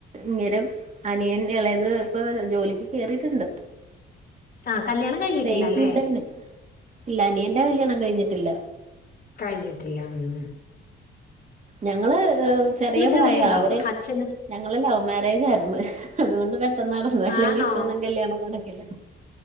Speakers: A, on the right (about 35°); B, on the left (about 50°).
A: ഇങ്ങേരം അനിയൻ ഇളയത് ഇപ്പൊ ജോലിക്ക് കേറിയിട്ടുണ്ട്.
B: ആഹ് കല്യാണം കഴിഞ്ഞിട്ടില്ല
A: സെയിം
B: അല്ലേ
A: ഫീൽഡ്ന്നെ ഇല്ല അനിയന്റെ കല്യാണം കഴിഞ്ഞിട്ടില്ല
B: കയിഞ്ഞിട്ടില്ല മ്
A: ഞങ്ങള് ചെറിയ പ്രായാ
B: ജോലിയുണ്ടോ
A: അവര്
B: അച്ഛന്
A: ഞങ്ങളൾ ലവ് മാരേജ് ആയിരുന്നു അതുകൊണ്ട് പെട്ടെന്ന് നടന്നു അല്ലെങ്കി
B: ആണോ
A: ഇപ്പൊന്നും കല്ല്യാണം നടക്കില്ല <inaudible>